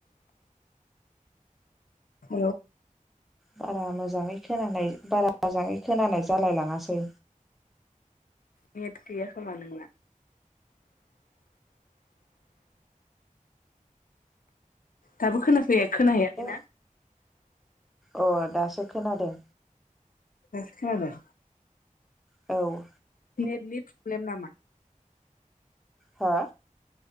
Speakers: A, on the left (about 80°); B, in the centre.
A: हेल'
B: बारा मोजाङै खोनानाय बारा मोजाङै खोनानाय जालायलाङासै।
A: नेट गैया खोमा नोंना? दाबो खोनाफैया खोनाहैयाखैना?
B: नों अ दासो खोनादों।
A: दासो खोनादों।
B: औ
A: नेटनि प्रब्लेम नामा?
B: हा?